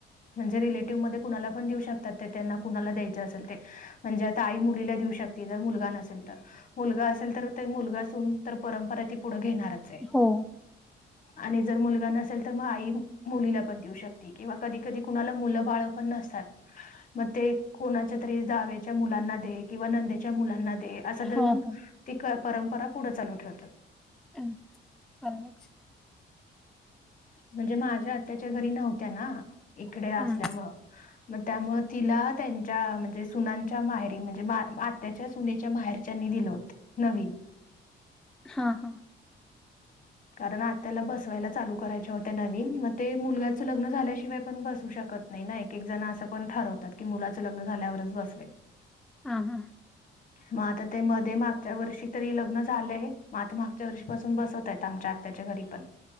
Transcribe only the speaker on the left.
म्हणजे रिलेटिव्ह मध्ये कुणाला पण दिवू शकतात ते त्यांना कुणाला द्यायचं असेल ते. म्हणजे आता आई मुलीला देऊ शकते, जर मुलगा नसेल तर‌. मुलगा असेल तर ते मुलगा सून तर परंपरा ती पुढं घेणारच. आहे
आणि जर मुलगा नसेल, तर मग आई मुलीला पण देऊ शकते. किंवा कधी -कधी कुणाला मुलं बाळ पण नसतात. म ते कोणाच्या तरी जावेच्या मुलांना दे, किंवा नंदेच्या मुलांना दे. असं
देऊन
ती क -परंपरा पुढं चालू ठेवतात.
म्हणजे माझ्या आत्याच्या घरी नव्हत्या ना इकडे असल्यामुळं.
म त्यामुळं तिला त्यांच्या म्हणजे सुनांच्या माहेरी म्हणजे मा - आत त्याच्या सुनेच्या माहेरच्यांनी दिलं होत नवीन.
कारण आत्याला बसवायला चालू करायच्या होत्या नवीन, मग ते मुलग्याचं लग्न झाल्याशिवाय पण बसवू शकत नाही ना. एकेकजण असं पण ठरवतात की मुलाचं लग्न झाल्यावरच बसवेन.
मग आ ते मध्ये मागच्या वर्षी तरी लग्न झालंय, मग तर मागच्या वर्षीपासून बसत त्यात आमच्या आत्याच्या घरी पण.